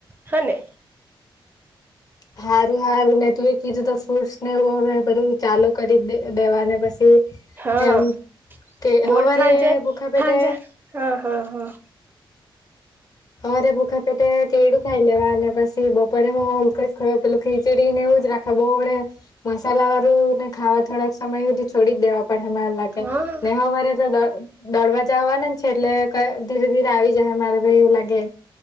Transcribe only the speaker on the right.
હા ને
હા
બોલ
હાજે
હાજે હા હા હા
હા